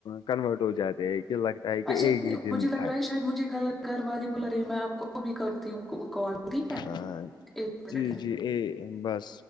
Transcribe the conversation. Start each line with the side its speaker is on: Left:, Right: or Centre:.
Left: کنورٹ ہو جاتے ہیں کہ لگتا ہے کہ
Centre: اچھا
Left: ایک ہی دن
Centre: مجھے لگ
Left: تھا
Centre: رہا ہے شاید مجھے گ گھر والے بلا رہی ہے میں آپ کو بھی کرتی ہوں کال ٹھیک ہے
Left: ہاں
Centre: ایک منٹ
Left: جی
Centre: ایک منٹ
Left: جی یہ بس